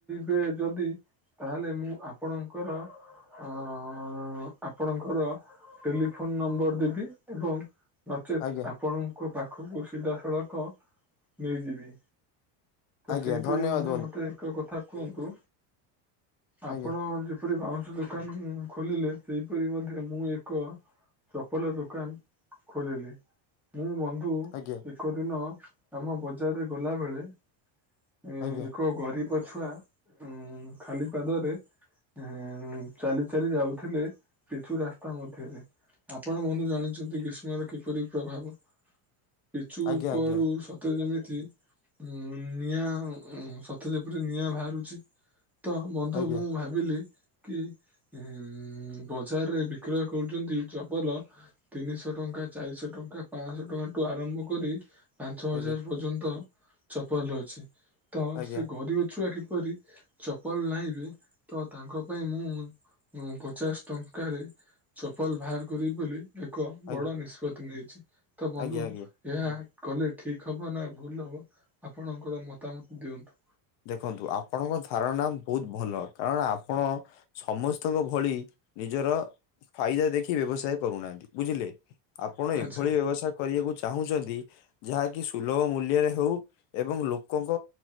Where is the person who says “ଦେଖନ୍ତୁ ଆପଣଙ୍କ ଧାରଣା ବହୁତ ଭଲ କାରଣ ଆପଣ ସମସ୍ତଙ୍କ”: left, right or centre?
Left